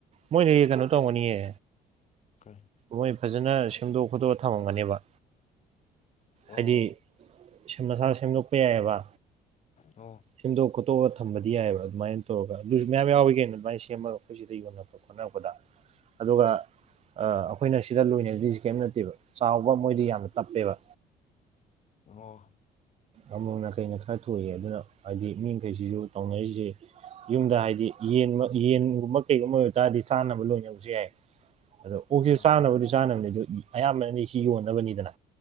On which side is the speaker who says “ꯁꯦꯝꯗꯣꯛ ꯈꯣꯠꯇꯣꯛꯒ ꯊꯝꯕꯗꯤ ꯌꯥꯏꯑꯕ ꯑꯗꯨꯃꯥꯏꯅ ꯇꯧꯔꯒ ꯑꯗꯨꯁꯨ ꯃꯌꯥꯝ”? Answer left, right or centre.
Right